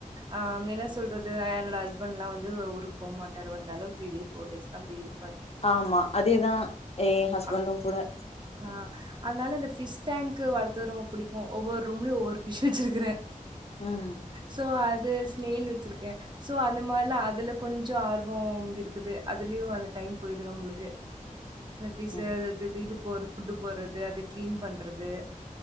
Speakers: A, on the right (about 35°); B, on the left (about 45°).
A: அ என்ன சொல்றது என்னோட ஹஸ்பண்ட்ல்லா வந்து ஊருக்கு போகமாட்டார் வந்தாலு த்ரீ டேஸ் போர் டேஸ்தா இரு
B: ஆமா அதேதா எ ஹஸ்பண்டு
A: அ
B: கூட
A: ஆ அதனால அந்த ஃபிஷ் டேங்க்கு வளத்ரது ரொம்ப புடிக்கு ஒவ்வொரு ரூம்லியு ஒவ்வொரு ஃபிஷ் வச்சிருக்குற
B: ம்
A: சோ அது சினேல் வச்சிருக்கே சோ அந்த மாரிலா அதுல கொஞ்சோ ஆர்வோ இருக்குது அதுலியு அந்த டைம் பொயிடு நம்மளுக்கு இந்த ஃபிஸ்சு
B: ம்
A: இது து போட்றது புட்டு போட்றது அத க்ளீன் பண்றது